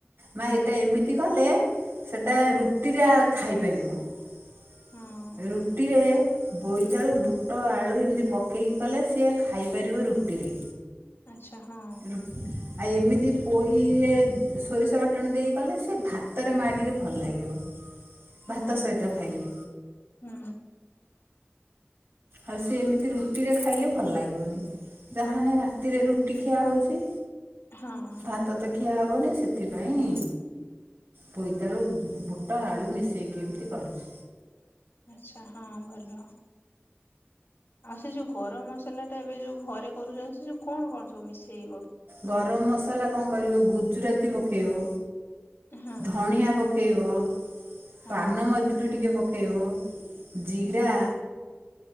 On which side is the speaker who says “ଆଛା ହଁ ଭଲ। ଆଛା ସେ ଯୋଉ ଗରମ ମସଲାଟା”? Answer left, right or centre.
Left